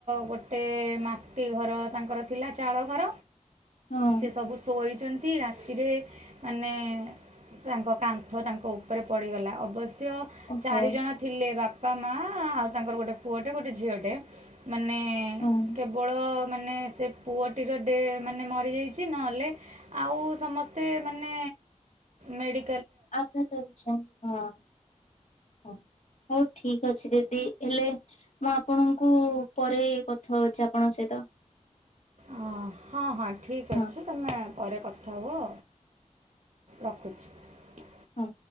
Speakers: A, on the right; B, on the left.
A: ଗୋଟେ ମାଟି ଘର ତାଙ୍କର ଥିଲା ଚାଳ ଘର।
B: ହଁ
A: ସିଏ ସବୁସୋଇ ଚନ୍ତି ରାତିରେ ମାନେ ତାଙ୍କ କାନ୍ଥ ତାଙ୍କ ଉପରେ ପଡ଼ିଗଲା। ଅବଶ୍ୟ
B: ଓହୋ
A: ଚାରିଜଣ ଥିଲେ। ବାପା ମା ଆଉ ତାଙ୍କର ଗୋଟେ ପୁଅଟେ ଗୋଟେ ଝିଅଟେ ମାନେ
B: ହଁ
A: କେବଳ ମାନେ ସେ ପୁଅଟିର ଡେ ମାନେ ମରିଯାଇଚି ନହେଲେ ଆଉ ସମସ୍ତେ ମାନେ
B: <inaudible>
A: ମେଡ଼ି
B: ଆଦତ <unintelligible> ଛା ହଁ ହଁ। ହୋଉ ଠିକ ଅଛି ଦିଦି ହେଲେ ମୁଁ ଆପଣଙ୍କୁ ପରେ କଥା ହୋଉଚି ଆପଣଙ୍କ ସହି ତ।
A: ଅ ହଁ ହଁ ଠିକ୍
B: ହଁ
A: ଅଛି ତମେ ପରେ କଥା ହୁଅ ରଖୁଛି।
B: ହୁଁ।